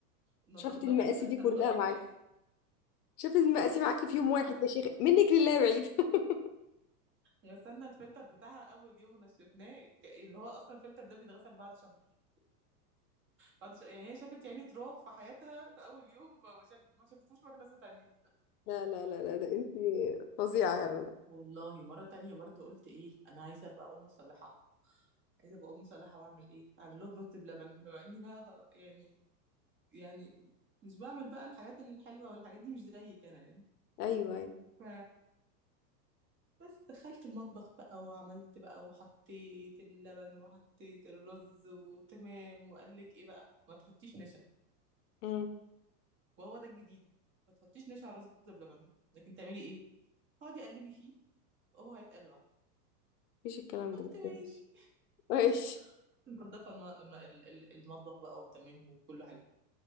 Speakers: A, on the right (about 25°); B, on the left (about 70°).
A: نضفنا
B: شافت المقاسي
A: لها الفلتر
B: دي كلها
A: وغسناه
B: معاكي شافت المقاسي معاكي في يوم
A: <laughs>
B: واحد يا شيخ منك لله بعيد <laughs>
A: غسلنا الفلتر بتاعها اول يوم ونشفناه ك- اللي هو اصلا الفلتر ده بيتغسل بعد شهر بعد شهر يعني هي شافت يعني تراب في حياتها في اول يوم ما شاف ما شافتوش مكنسه تانية
B: لا لا لا لا ده انت فظيعه يا رنا
A: والله مرة تانية برضو قلت ايه انا عايزة ابقى ام صالحة عايزة ابقى ام صالحة واعمل ايه اعمل لهم رز بلبن بما اني بقى خ- يعني يعني مش بعمل بقى الحاجات الحلوة والحاجات دي مش زيك انا يعني
B: ايوه
A: ف بس دخلت المطبخ بقى وعملت بقى وحطيت اللبن وحطيت الرز وتمام وقال لك ايه بقى ما تحطيش نشا
B: ايوه
A: وهو ده الجديد ما تحطيش نشا على رز بلبن لكن تعملي ايه اقعدي قلبي فيه وهو هيتقل لوحده
B: مفيش الكلام
A: قلت
B: ده
A: ماشي
B: بس ماشي
A: <laughs> منضفه الم... الم- ال- ال- المطبخ بقى وتمام وكله حلو